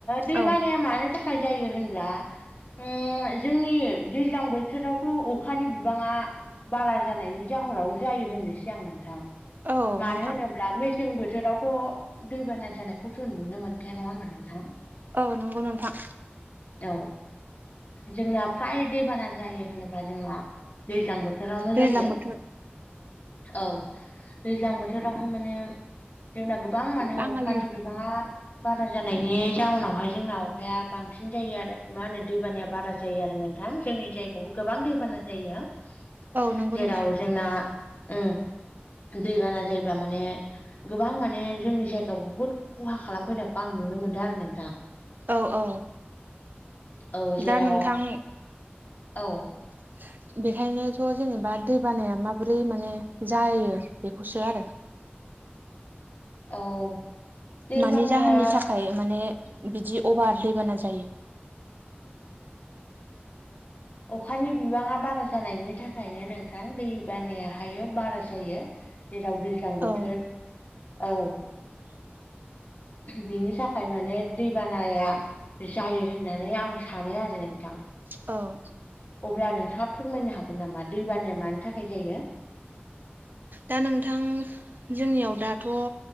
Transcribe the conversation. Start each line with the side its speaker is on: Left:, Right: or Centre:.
Left: दै
Right: औ
Left: बानाया मानि था खाय जायो होनब्ला उम जोंनि दैज्लां बोथोराव थ' अखानि बिबाङा बारा जानायनि जाहोनावनो जायो होननोसै आं नोंथां
Right: औ
Left: मानो
Right: नोंथां
Left: होनोब्ला मेसें बोथोरावथ' दैबाना जानाय खौ जों नुनो मोनखाया नङा होमबा नोंथां
Right: औ नंगौ नोंथां
Left: औ जोंना फ्राय दैबाना जायो होनो ब्ला दैज्लां बोथोरावनो
Right: दैज्लां
Left: जायो
Right: बोथोर
Left: औ दैज्लां बोथोरावहाय माने जोंना गोबां माने
Right: बाङालि
Left: अखानि बि थाङा बारा जानायनि जाउनावहाय जोंना अखाया बांसिन जायो आरो मा होनो दैबानाया बारा जायो आरो नों थां जोंनि जायगायावबो गोबां दैबाना जायो
Right: औ नंगौ
Left: जेराव
Right: नोंथां
Left: जोंना उम दै बाना जायोब्ला माने गोबां माने जोंनि जायगायाव बुहुद खहा खालामफैनायखौ आं नुनो मोनदों आरो नोंथां
Right: औ औ
Left: औ जेराव
Right: दा नोंथां
Left: औ
Right: <inaudible> बेखायनोथ' जेनेबा दै बानाया माबोरै माने जायो बेखौसो आरो
Left: औ दै
Right: मानि
Left: बानाया
Right: जाहोननि थाखाय माने बिदि अभार दैबाना जायो
Left: अखानि बिबाङा बारा जानायनि थाखायनो नोंथां दै बानाया हायो बारा जायो जेराव दैज्लां बोथोर
Right: औ
Left: औ
Right: <inaudible>
Left: बिनि थाखाय माने दैबानाया जायो होननानै आं सानो आरो नोंथां
Right: औ
Left: अब्ला नोंथाङा फोरमायनो हागोन नामा दैबानाया मानि थाखाय जायो
Right: दा नोंथां जोंनियाव दाथ'